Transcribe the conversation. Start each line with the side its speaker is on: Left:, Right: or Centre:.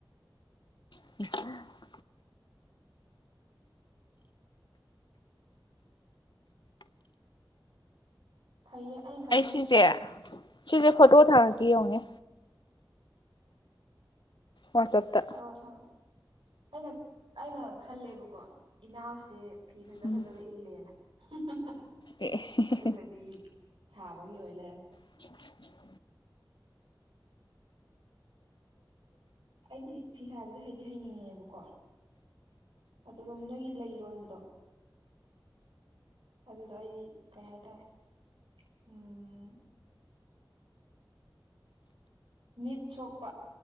Left: <inaudible>
Right: ꯐꯩꯌꯦ ꯑꯩꯅ ꯈꯜꯂꯤꯅꯦ
Left: ꯑꯩ ꯁꯤꯁꯦ ꯁꯤꯁꯦ ꯐꯣꯇꯣ ꯊꯥꯔꯀꯦ ꯌꯥꯡꯑꯣ ꯅꯤ ꯋꯥꯆꯞꯇ
Right: ꯊꯔꯣ ꯊꯔꯣ ꯑꯩꯅ ꯑꯩꯅ ꯈꯜꯂꯦꯕꯀꯣ ꯏꯅꯥꯎꯁꯦ ꯐꯤ ꯐꯖ
Left: ꯎꯝ
Right: ꯐꯖꯕ ꯏꯜꯂꯦꯅ <unintelligible>
Left: ꯑꯦ ꯑꯦ
Right: ꯑꯗꯨꯒꯗꯤ ꯁꯥꯕꯒꯤ ꯑꯣꯏ ꯂꯩꯔꯝꯃꯦ
Left: <unintelligible>
Right: ꯑꯩꯗꯤ ꯐꯤ ꯁꯥꯕꯁꯦ ꯍꯥꯏꯗꯤ ꯍꯩꯅꯤꯡꯉꯦꯕꯀꯣ ꯑꯗꯨꯒ ꯅꯣꯏꯒꯤ ꯂꯩ ꯂꯣꯟꯕꯗꯣ ꯑꯗꯨꯗꯣ ꯑꯩꯗꯤ ꯀꯩ ꯍꯥꯏꯇꯥꯔꯦ ꯎꯝ ꯃꯤꯠ ꯁꯣꯛꯄ